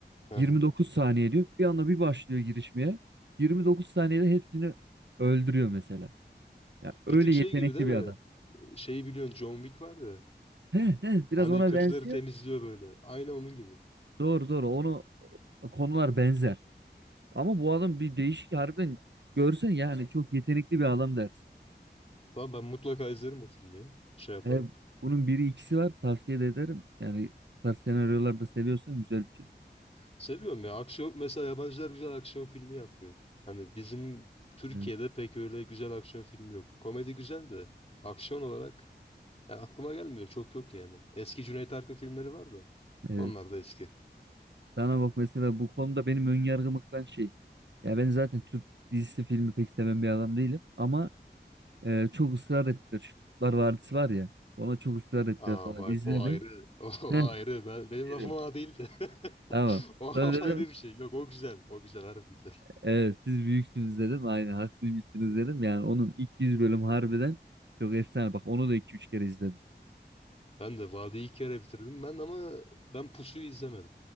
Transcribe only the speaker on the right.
29
saniye diyor. Bir anda bir başlıyor girişmeye. 29 saniyede hepsini öldürüyor mesela. Ya öyle
yetenekli
bir adam.
He he biraz
ona
benziyor.
Doğru doğru onu konular benzer. Ama bu adam bir değişik harbiden görsen yani çok yetenekli bir adam dersin.
E, bunun biri ikisi var tavsiye de ederim. Yani bu tarz senaryolar da seviyorsan güzel bir film.
Hı.
Evet.
Sana bak mesela bu konuda benim önyargımı kıran şey. Ya ben zaten Türk dizisi filmi pek seven bir adam değilim. Ama e, çok ısrar ettiler. Şu Kurtlar Vadisi var ya. Ona çok ısrar ettiler
falan.
İzledim.
Heh,
dedim.
Tamam.
Sonra dedim.
Evet siz büyüksünüz dedim. Aynen haklıymışsınız dedim. Yani onun 200 bölüm harbiden çok efsane. Bak onu da iki üç kere izledim.